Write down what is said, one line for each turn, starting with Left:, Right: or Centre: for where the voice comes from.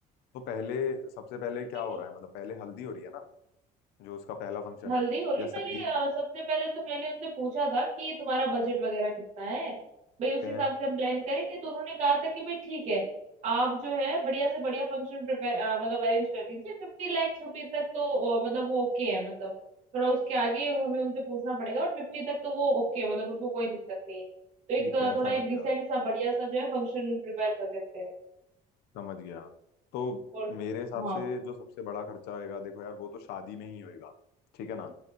Left: तो पहले सबसे पहले
Right: ठीक
Left: क्या हो
Right: है
Left: रहा है मतलब पहले हल्दी हो रही है ना जो उसका पहला फंक्शन
Right: हल्दी
Left: है
Right: हो रही
Left: या
Right: पहले
Left: संगीत
Right: अ,
Left: है
Right: सबसे पहले तो मैंने उनसे पूछा था कि तुम्हारा बजट वगैरह कितना है भाई
Left: ठीक
Right: उस
Left: है
Right: हिसाब से हम प्लान करेंगे तो उन्होंने कहा था कि भाई ठीक है आप जो है बढ़िया से बढ़िया फंक्शन प्रिपेयर मतलब अरेंज कर दीजिए फिफ्टी लाख रुपए तक तो अ, मतलब वो ओके है मतलब थोड़ा उसके आगे हमें उनसे पूछना पड़ेगा और फिफ्टी तक तो वो ओके है मतलब उनको कोई दिक्कत नहीं है तो एक
Left: ठीक
Right: अ,
Left: है
Right: थोड़ा
Left: समझ
Right: एक
Left: गया
Right: डिसेंट सा बढ़िया सा जो है फंक्शन प्रिपेयर कर देते हैं
Left: समझ गया तो
Right: और
Left: मेरे हिसाब
Right: हाँ
Left: से जो सबसे बड़ा खर्चा होएगा देखो यार वो तो शादी में ही होएगा ठीक है ना